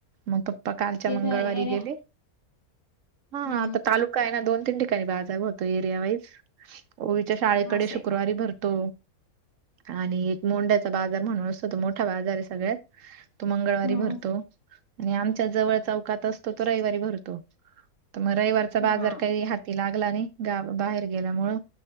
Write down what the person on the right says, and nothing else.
मग पप्पा कालच्या
मंगळवारी
गेले हा
आता तालुका आहे ना दोन, तीन ठिकाणी बाजार होतो एरिया वाईज ओवीच्या शाळेकडे
शुक्रवारी
भरतो आणि एक मोंड्याचा बाजार म्हणून असतो तो मोठा बाजार आहे सगळ्यात तो मंगळवारी
भरतो आणि आमच्या जवळ चौकात असतो तो रविवारी भर तो म रविवारचा बाजार
काई हा त लागला नाही गावा बाहेर गेल्यामुळ